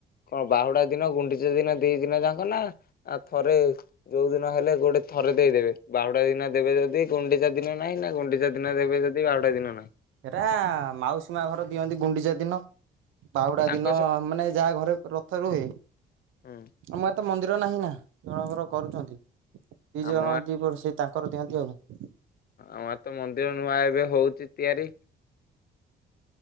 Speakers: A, on the left (about 50°); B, on the right (about 80°).
A: କଣ ବାହୁଡା ଦିନ ଗୁଣ୍ଡିଚା ଦିନ ଦି ଦିନ ଯାକ ନା? ଆଉ ଥରେ ଯୋଉ ଦିନ ହେଲେ। ଗୋଟେ ଥରେ ଦେଇଦେବେ। ବାହୁଟା ଦିନ ଦେବେ ଯଦି ଗୁଣ୍ଡିଚା ଦିନ ନାହିଁ ନା ଗୁଣ୍ଡିଚା ଦିନ ଦେବେ ଯଦି ବାହୁଡ଼ା ଦିନ ନାହିଁ।
B: ସେଇଟା ମାଉସୀ ମା ଘର ଦିଅନ୍ତି ଗୁଣ୍ଡିଚା ଦିନ। ବାହୁଡା
A: ତାଙ୍କ
B: ଦିନ
A: ସ
B: ମାନେ ଯାହା ଘରେ ରଥ ରୁହେ।
A: ହୁଁ
B: ଆମ ଏତେ ମନ୍ଦିର ନାହିଁ ନା ଜଣଙ୍କର କରୁଛନ୍ତି। ଦି
A: ଆମ
B: ଜଣ ଦି ବର୍ଷେ ତା କରି ଦିଅନ୍ତି ଆଉ।
A: ଆମରତ ମନ୍ଦିର ନୂଆ ଏବେ ହଉଛି ତିଆରି।